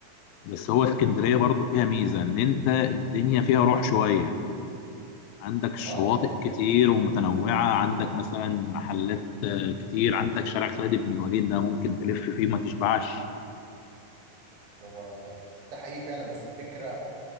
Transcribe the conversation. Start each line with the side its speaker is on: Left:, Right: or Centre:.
Left: بس هو اسكندريه برضو فيها ميزه ان انت الدنيا فيها روح شويه عندك الشواطئ
Right: اه هو ده
Left: كتير ومتنوعه عندك مثلا محلات آه، كتير عندك شارع خالد بن الوليد ده ممكن تلف فيه ما تشبعش
Right: هو ده حقيقي فعلا بس الفكره